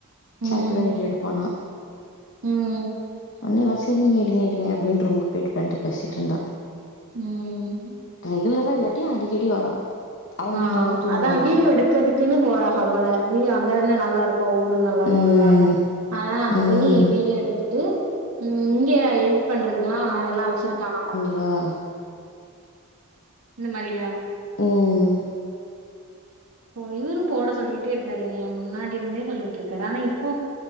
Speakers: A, on the right (about 75°); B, on the left (about 55°).
A: ம்.
B: சேட்டு தா வீடியோ எடுப்பானா
A: ம்
B: அண்ணிவா சேர் நீங்க எடுங்க எடுங்க அப்டின் ரூமுக்கு போய்ட்டு ப்ரெண்ட்ட பேசிட்ருந்தா
A: ம்
B: ரெகுலரா இல்லாட்டியு அடிக்கடி வரா அவங்க
A: ஆ
B: வீட்லலா தூங்குவாளா
A: அதா வீடியோ எடு க்கதுக்குன்னு போறாஹ போல வீடியோ அங்கதானே நல்லாருக்கு ஊடு நல்லாருக்கும்முலா
B: ம்
A: ஆ அங்க
B: ம்
A: போய் வீடியோ எடுத்துட்டு ம் இங்க எடிட் பண்றதுக்ல்லா எல்லா வச்சிருக்கானா
B: ஆ
A: இந்த மாரியா
B: ம்
A: ப்போ இவுரு போட சொல்லிட்டே இருக்காரு என்னய முன்னாடிருந்தே சொல்லிட்ருக்காரு ஆனா இப்போ